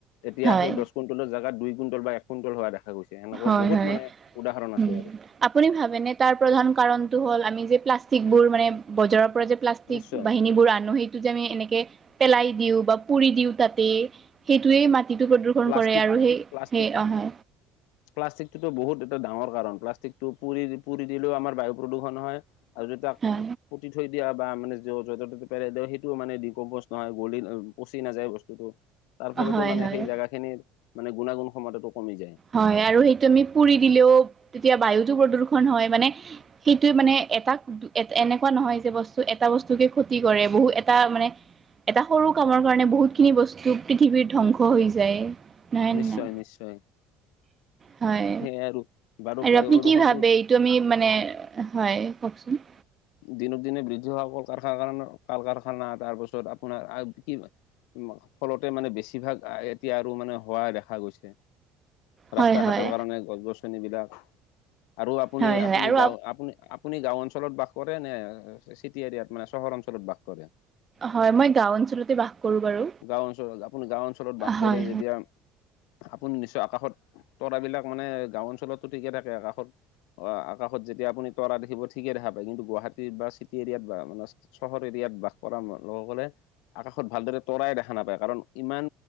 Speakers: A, on the left (about 60°); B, on the right (about 30°).
A: এতিয়া
B: হয়
A: সেই দহ কুইণ্টলৰ জেগাত, দুই কুইণ্টল বা এক কুইণ্টল হোৱা দেখা গৈছ - ছে। সেনেকুৱা
B: হয়
A: বহুত
B: হয়
A: মানে, উদাহৰণ আছে
B: উম
A: আৰু।
B: আপুনি ভাবেনে? তাৰ প্ৰধান কাৰণটো হ'ল, আমি যে প্লাষ্টিকবোৰ মানে, বজাৰৰ পৰা যে - প্লাষ্টিক
A: নিশ্চয়
B: বাহিনীবোৰ আনোঁ, সেই - টো যে আমি এনেকে পেলাই দিওঁ, বা পুৰি দিওঁ তাতে, সেইটোৱে মাটিটো প্ৰদূ- ষণ
A: প্লাষ্টিক
B: কৰে আৰু সেই,
A: প্লাষ্টিক
B: সেই অহ।
A: <unintelligible> প্লাষ্টিকটোতো বহুত এটা ডাঙৰ কাৰণ। প্লাষ্টিকটো পুৰি পুৰি দিলেও আমাৰ বায়ু প্ৰদূষণ হয়। আৰু যদি তাক,
B: হয়
A: উম। পুতি থৈ দিয়া, বা মানে য', যতে-ততে পেলাই দিয়া, সেইটোও মানে ডিকম্প'জ নহয়, গলি ম', পচি নাযায় বস্তুটো। তাৰ ফলতো
B: হয়
A: মানে,
B: হয়
A: সেই জেগাখিনিৰ মানে, গুণাগুণ ক্ষমতাটো কমি যায়।
B: হয়, আৰু সেইটো আমি পুৰি দিলেওঁ তেতিয়া বায়ুতো প্ৰদূৰষণ হয়। মানে - সেইটোৱে মানে এটা- দু, এত, এনেকুৱা নহয় যে বস্তু, এটা বস্তুকে ক্ষতি কৰে। বহু এটা মানে- এটা সৰু কামৰ কাৰণে বহুতখিনি বস্তু পৃথিৱীৰ ধ্বংস হৈ যায়। নহয়
A: নিশ্চয়,
B: নে নাই
A: নিশ্চয়।
B: হয়।
A: সেয়াই আৰু বাৰু
B: আৰু
A: বায়ু
B: আপুনি
A: প্ৰদূষণটো
B: কি ভাবে? এইটো আমি মানে, হয়, কওঁকচোন।
A: দিনক দিনে বৃদ্ধি হোৱা কল - কাৰখানাৰ কাৰ কল - কাৰখানা তাৰপাছত আপোনাৰ আৰু কি উম ফলতে মানে বেছিভাগ এতিয়া আৰু মানে হোৱা দেখা গৈছে। ৰাস্তা
B: হয় হয়
A: ঘাটৰ কাৰণে গছ -গছনিবিলাক আৰু আপুনি
B: হয়
A: আপুনি
B: হয় আৰু
A: গাওঁ আপুনি আপুনি গাও অঞ্চলত বাস কৰে নে চিটি এৰিয়াত মানে চহৰ অঞ্চলত বাস কৰে?
B: হয় মই গাঁও অঞ্চলতে বাস কৰোঁ বাৰু
A: গাঁও অঞ্চলত, আপুনি গাঁও অঞ্চলত বাস
B: হয়
A: কৰে যেতিয়া আপুনি নিশ্চয় আকাশত তৰাবিলাক মানে গাঁও অঞ্চলতো ঠিকে থাকে, আকাশত অ আকাশত যেতিয়া আপুনি তৰা দেখিব, ঠিকে দেখা পাৱ। কিন্তু গুৱাহাটীত বা চিটি এৰিয়াত বা মানে চহৰ এৰিয়াত বাস কৰা লোকসকলে আকাশত ভালদৰে তৰাই দেখা নাপায় কাৰণ ইমান